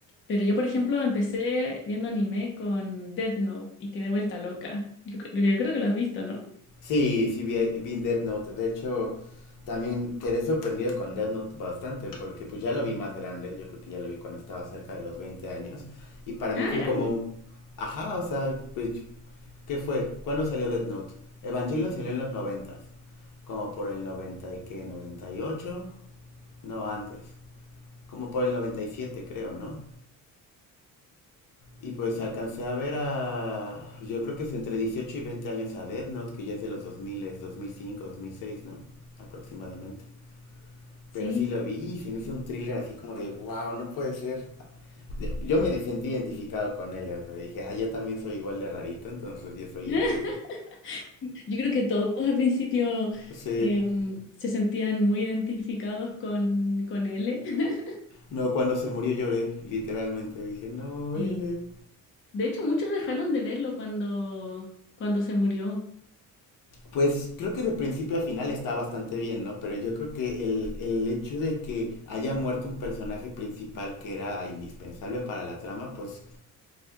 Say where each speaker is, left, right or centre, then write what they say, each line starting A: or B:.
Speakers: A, on the left (about 35°); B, on the left (about 65°).
A: pero yo, por ejemplo, empecé viendo anime con Death Note y quedé vuelta loca. Yo, cre- yo creo que lo has visto, ¿no?
B: Sí, sí, vi, vi Death Note. De hecho, también quedé sorprendido con Death Note bastante porque pues ya lo vi más grande. Yo creo que ya lo vi cuando estaba cerca de los 20 años. Y para mí
A: Ah,
B: fue
A: grande.
B: como, ajá, o sea, pues ¿Qué fue? ¿Cuándo salió Death Note? Evangelion salió en los noventas, como por el 90 y qué, 98, no, antes, como por el 97 creo, ¿no? Y pues alcancé a ver a, yo creo que es entre 18 y 20 años a Death Note, que ya es de los 2000, 2005, 2006, ¿no? Aproximadamente.
A: Sí.
B: Pero sí lo vi y se me hizo un thriller así como de, wow, no puede ser. Yo me sentí identificado con él, o sea, dije, ah, yo también soy igual de rarito, entonces yo soy
A: <laughs>
B: él.
A: Yo creo que todos al principio
B: Sí.
A: em, se sentían muy identificados con, con él. <laughs>
B: No, cuando se murió lloré, literalmente. Dije, no,
A: Sí.
B: L.
A: De hecho, muchos dejaron de verlo cuando, cuando se murió.
B: Pues creo que de principio a final está bastante bien, ¿no? Pero yo creo que el, el hecho de que haya muerto un personaje principal que era indispensable para la trama, pues